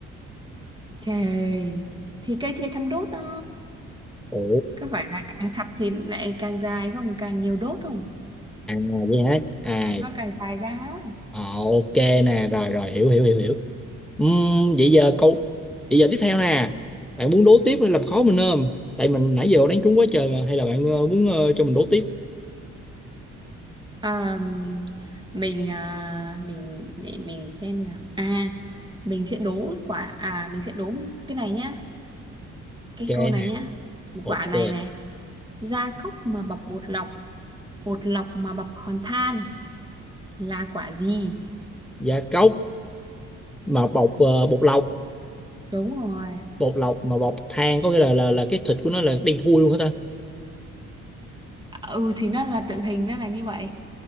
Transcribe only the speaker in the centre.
ồ
à vậy hả à
Ờ, ok nè rồi rồi hiểu hiểu hiểu hiểu Ừm, vậy giờ câu vậy giờ tiếp theo nè bạn muốn đố tiếp hay làm khó mình không tại mình nãy giờ đánh trúng quá trời mà hay là bạn ờ, muốn ờ, cho mình đố tiếp
ok
nè
ok
gia cốc mà bọc ờ, bột lọc
bột lọc mà bọc than có nghĩa là là là cái thịt của nó là đen thui luôn hả ta